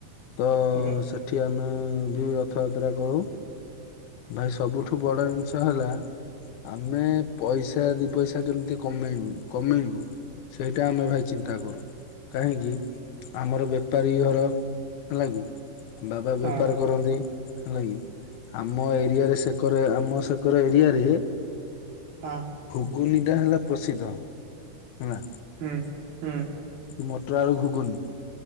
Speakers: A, on the left (about 80°); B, on the right (about 80°).
A: ତ
B: ଆଜ୍ଞା
A: ସେଠି ଆମେ ଦି ରଥଯାତ୍ରା କରୁ। ଭାଇ ସବୁଠୁ ବଡ ଜିନିଷ ହେଲା ଆମେ ପଇସା ଦି ପଇସା କେମିତି କମେଇବୁ କମେଇବୁ, ସେଇଟା ଆମେ ଭାଇ ଚିନ୍ତା କରୁ କାହିଁକି ଆମର ବେପାରୀ ଘର ହେଲା କିି? ବାବା ବେପାର
B: ହଁ
A: କରନ୍ତି। ହେଲା କି! ଆମ ଏରିଆରେ ସେକରେ ଆମ ଙ୍କର ଏରିଆରେ
B: ହଁ।
A: ଗୁନିଦା ହେଲା ପ୍ରସିଦ୍ଧ ହେଲା।
B: ହୁଁ ହୁଁ।
A: ମଟର ଆଳୁ ଘୁଗୁନି।